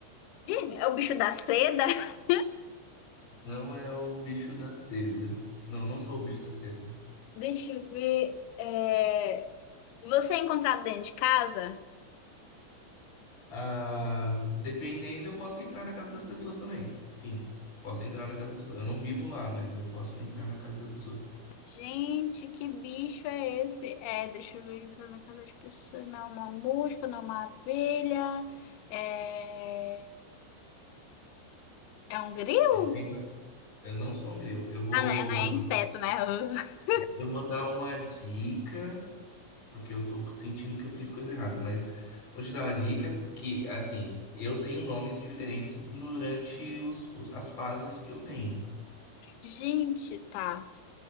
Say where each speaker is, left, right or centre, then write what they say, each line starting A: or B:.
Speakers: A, on the left; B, on the left.
A: Ih, é o bicho da seda? <laughs>
B: Não é o bicho da seda. Não, não sou o bicho da seda.
A: Deixa eu ver. é, Você é encontrado dentro de casa?
B: Ah, dependendo, eu posso entrar na casa das pessoas também. Sim, posso entrar na casa das pessoas. Eu não vivo lá, mas eu posso entrar na casa das pessoas.
A: Gente, que bicho é esse? É, deixa eu ver, entrou na casa das pessoas. Não é uma mosca, não é uma abelha. É, é um grilo?
B: Eu tenho uma- Eu não sou um grilo. Eu vou,
A: Ah, não, é não é inseto, né? <laughs>
B: eu vou dar uma dica, porque eu tô sentindo que eu fiz coisa errada, mas vou te dar uma dica, porque, assim, eu tenho nomes diferentes durante os, os- as fases que eu tenho.
A: Gente, tá.